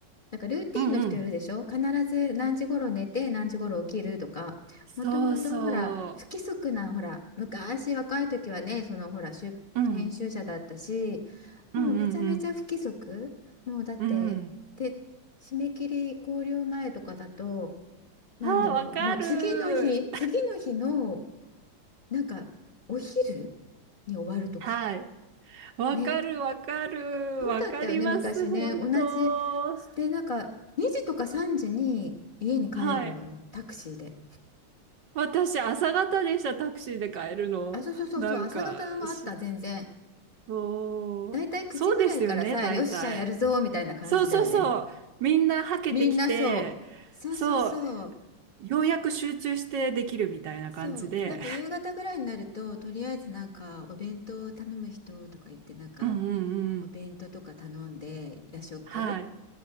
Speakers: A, on the left; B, on the right.
A: なんかルーティンの人いるでしょ必ず何時頃寝て何時頃起きるとかもともとほら不規則なほら昔若い時はねそのほら出編集者だったし
B: うんうん。そうそう。うん。
A: もうめちゃめちゃ不規則もうだってて締め切り考慮前とかだと
B: うんうんうん。うん。
A: なんだろうもう次の日次の日の
B: ああ、わかる。
A: なんかお昼に終わるとか
B: はい。わかるわかる。
A: ねそうだったよね、
B: わかります、
A: 昔ね。
B: 本当。
A: 同じ。で、なんか、2時とか3時に家に帰るのよ、
B: はい。
A: タクシーで。
B: 私、朝方でした、タクシーで帰るの。
A: あ、そうそうそうそう、
B: なんか、
A: 朝方のもあった、
B: し
A: 全然。
B: おそうですよね、
A: だいたい9時ぐらいからさ、
B: 大体。
A: よっしゃ、やるぞ、みたいな感じだよね。
B: そうそうそう。みんなはけてきて、
A: みんなそう。そうそうそう。
B: そう、ようやく集中してできるみたいな感じで。
A: そう、なんか夕方ぐらいになると、とりあえずなんか、お弁当を頼む人とか言って、
B: <laughs>
A: なんか、
B: うんうんうんうん。
A: お弁当とか頼んで、夜食。
B: はい。